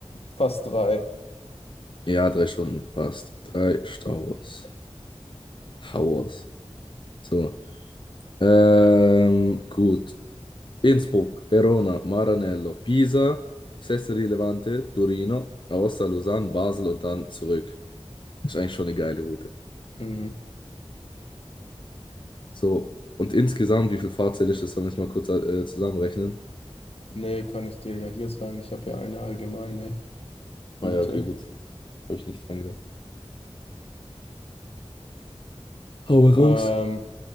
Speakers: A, on the left; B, on the left.
A: fast drei.
B: Ja, drei Stunden, passt. Drei Stauers. hours So. Ähm, gut. Innsbruck, Verona, Maranello, Pisa, Sestri Levante, Torino, Aosta, Lausanne, Basel und dann zurück. Ist eigentlich schon eine geile Route.
A: Mhm.
B: So, und insgesamt, wie viel Fahrzeit ist das? Sollen wir es mal kurz äh, zusammenrechnen?
A: Nee, kann ich dir ja hier sagen. Ich habe ja eine allgemeine
B: Ah
A: Route.
B: ja, okay, gut. Habe ich nicht dran gedacht. Hau raus.
A: Ähm,